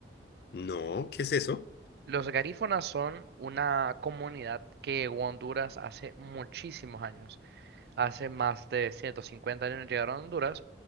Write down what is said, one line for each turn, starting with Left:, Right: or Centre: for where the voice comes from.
Left: no, ¿qué es eso?
Right: Los garífonas son una comunidad que llegó a Honduras hace muchísimos años. hace más de 150 años llegaron a Honduras,